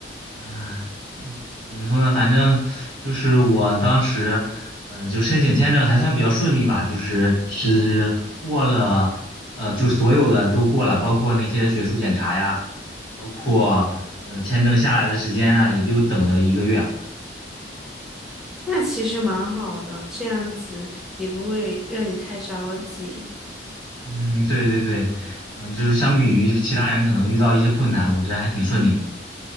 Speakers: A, on the left (about 25°); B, in the centre.
A: 啊，嗯怎么说呢？反正就是我当时，呃，就申请签证还算比较顺利吧，就是只过了，呃，就所有的都过了，包括那些学术检查呀，包括呃签证下来的时间啊，也就等了一个月啊。
B: 那其实蛮好的，这样子也不会让你太着急。
A: 嗯，对对对，嗯，就是相比于其他人可能遇到一些困难，我这还挺顺利的。